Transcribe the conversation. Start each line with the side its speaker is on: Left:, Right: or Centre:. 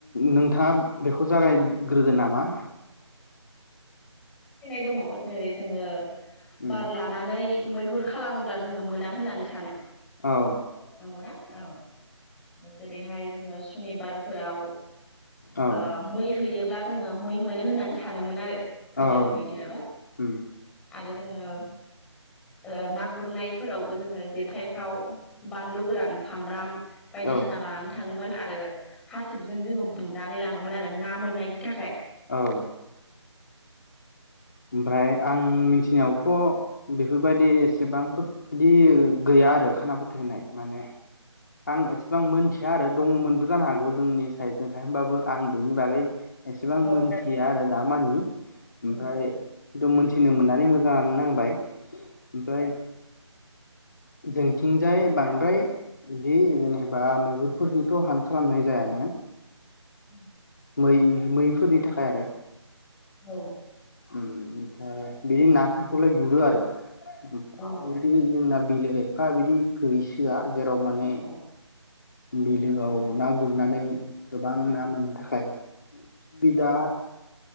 Left: नोंथाङा बेखौ जागाय ग्रोदो नामा?
Centre: गिनाय दङ जेरै जोङो
Left: उम
Centre: बार लानानै मैहुर खालामोब्ला जोङो मोना होननानै सानो
Left: औ
Centre: नंगौना औ जेरैहाय जोंङो सि सुनिबार फोराव
Left: औ
Centre: ओ मै होयोब्ला ओ मै मोनो होननानै सानोमोन आरो गोदोनि
Left: औ
Centre: दिनाव।
Left: उम
Centre: आरो जोङो ओ ओ ना गुरनायफोरावबो जोङो जेखायफ्राव बानलु गोरान सामब्राम बायदिसिना
Left: औ
Centre: लानानै थाङोमोन आरो हासिबजों जोङो बुनानै लाङोमोन आरो ना मोननायनि नि थाखाय
Left: औ। ओमफ्राय आं मिथिनायावथ' बेफोरबायदि एसेबांफोर बिदि गैया आरो खाना फोथायनाय माने। आं एसेबां मोन्थि‌ या आरो दङमोनबो जानो हागौ जोंनि साइदजोंहाय होमबाबो आं बेनि बागै एसेबां
Centre: औ
Left: मोन्थिया आरो दा मानि ओमफ्राय
Centre: औ
Left: दुम मोन्थिनो मोननानै मोजांआनो नांबाय। ओमफाय जोंथिंजाय बांद्राय बिदि जेनेबा मैहुरफोरनिथ' हान खालामनाय जायानो।
Centre: हुम
Left: मै-मैफोरनि थाखाय आरो
Centre: औ।
Left: उम ओमफ्राय बिदि नाफोरखौलाय गुरो आरो ओमफाय
Centre: औ
Left: इदिनो जोंना बिलो फा बिदि गैसोआ जेराव माने
Centre: औ औ
Left: बिलोआव
Centre: आरो
Left: ना गुरनानै गोबां
Centre: औ
Left: ना मोननो थाखाय सुबिदा